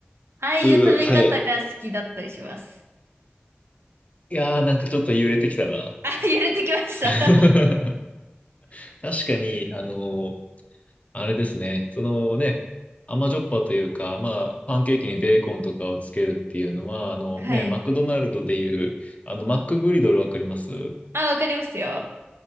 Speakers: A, on the right; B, on the left.
A: ああいう食べ方が好きだったりします。
B: うー、はい。いやー、なんかちょっと揺れてきたな。
A: あ、揺れてきました。
B: <laughs>
A: <laughs>
B: 確かに、あのーあれですね、そのね、甘じょっぱというか、まあ、パンケーキにベーコンとかをつけるっていうのは、あのね、
A: はい。
B: マクドナルドでいう、あの、マックグリドルわかります
A: あ、わかりますよ。